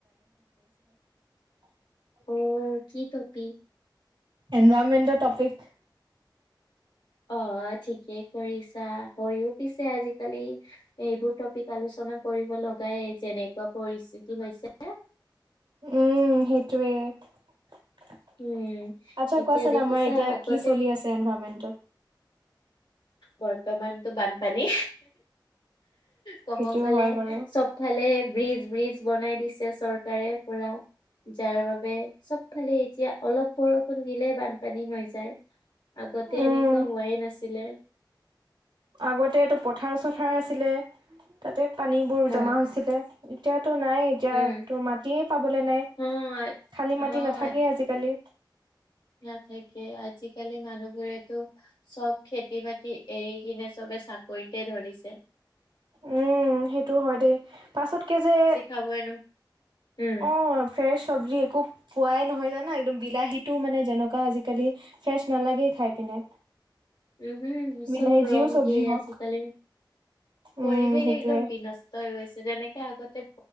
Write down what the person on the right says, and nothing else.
<unintelligible> <inaudible>
এনভাৰৰণমেণ্টৰ টপিক।
উম সেইটোৱে। আচ্ছা
কোৱাচোন
আমাৰ এতিয়া
কি চলি আছে এনভাৰৰনমেন্টত।
সেইটো
হয় বাৰু
উম
আগতেটো পথাৰ - চথাৰ আছিলে, তাতে পানীবোৰ
জমা হৈছিলে। এতিয়াতো নাই। এতিয়া
তো মাটিয়ে পাবলে নাই
খালী
মাটি নাথাকেই আজিকালি।
উম সেইটোও হয় দেই পাছতকে যে
অ ফ্ৰেছ চব্জি একো পোৱাই নহয় জানা একদম বিলাহীটো মানে যেনেকুৱা আজিকালি ফ্ৰেছ নালাগেই খাই পিনে।
বিলাহী
যিও চব্জি
হওক
উম
সেইটোয়ে